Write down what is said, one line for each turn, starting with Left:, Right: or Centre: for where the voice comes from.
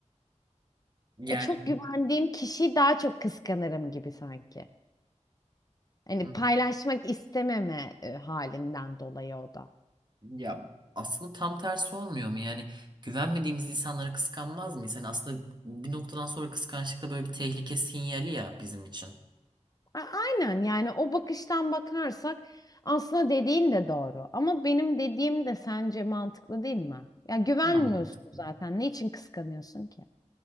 Right: Yani
Left: E, çok güvendiğim kişiyi daha çok kıskanırım gibi sanki. Hani
Right: Hı.
Left: paylaşmak istememe e, halinden dolayı o da.
Right: Ya aslında tam tersi olmuyor mu? Yani güvenmediğimiz insanları kıskanmaz mıyız? Yani aslında bir noktadan sonra kıskançlık da böyle bir tehlike sinyali ya bizim için.
Left: A- Aynen yani o bakıştan bakarsak aslında dediğin de doğru. Ama benim dediğim de sence mantıklı değil mi? Ya güvenmiyorsun
Right: Bu da mantıklı.
Left: zaten. Niçin kıskanıyorsun ki?